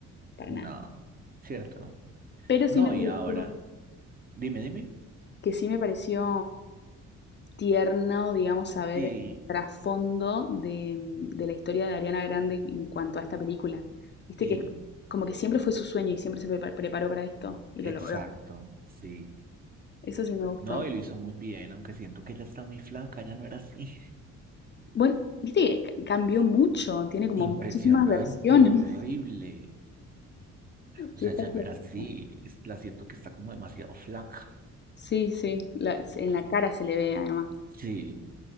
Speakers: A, on the left (about 35°); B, on the right (about 30°).
A: para
B: No,
A: nada.
B: cierto.
A: Pero sí
B: No,
A: me pareció,
B: y ahora, dime, dime.
A: que sí me pareció tierno, digamos, saber
B: Sí,
A: el trasfondo de, mm, de la historia de Ariana Grande en cuanto a esta película. Viste
B: sí,
A: que como que siempre fue su sueño y siempre se prepa- preparó para esto y
B: exacto,
A: lo logró.
B: sí.
A: Eso sí me gustó.
B: No, y lo hizo muy bien, aunque siento que ella está muy flaca, ya no era así.
A: Bueno, viste que ca- cambió mucho, tiene como muchísimas
B: Impresionante,
A: versiones.
B: horrible. O
A: Sí,
B: sea,
A: está
B: ya
A: flaquita.
B: no era así. es- La siento que está como demasiado flaca.
A: Sí, sí, la- se- en la cara se le ve además.
B: Sí,